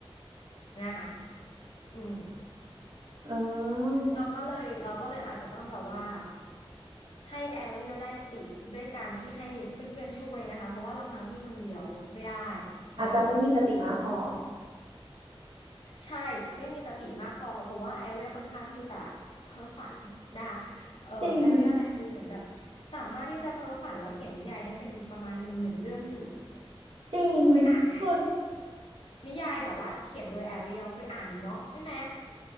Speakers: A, on the left; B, on the right.
A: นะคะอืม
B: อ๋อ
A: เราก็เลยเราก็เลยอาจจะต้องแบบว่าให้แอเรียลได้สติด้วยการที่ให้เพื่อนๆช่วยนะคะเพราะว่าลำพังพี่คนเดียวไม่ได้
B: อาจจะไม่มีสติมากพอ
A: นะคะใช่ไม่มีสติมากพอเพราะว่าแอเรียลค่อนข้างที่จะเพ้อฝันนะคะเอ่อแอเรียลแลดูเหมือนแบบ
B: จริง
A: สามารถที่จะเพ้อฝันแล้วเขียนนิยายได้เป็นประมาณหนึ่งหมื่นเรื่องอยู่
B: จริง
A: เคยอ่านไหม
B: คือ
A: นิยายแบบว่าเขียนโดยแอเรียลเคยอ่านอยู่เนาะใช่ไหม